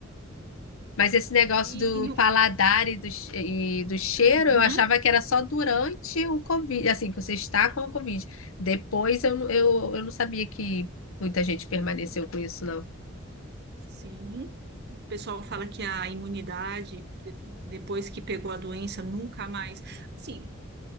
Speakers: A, on the left (about 80°); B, on the right (about 55°).
A: Mas esse negócio
B: E,
A: do
B: e no...
A: paladar e do, che- e do cheiro,
B: Uhum,
A: eu achava que era só durante o Covid, assim, que você está com o Covid. Depois eu, não- eu, eu não sabia que muita gente permaneceu com isso, não.
B: sim. O pessoal fala que a imunidade, de- depois que pegou a doença, nunca mais. Sim,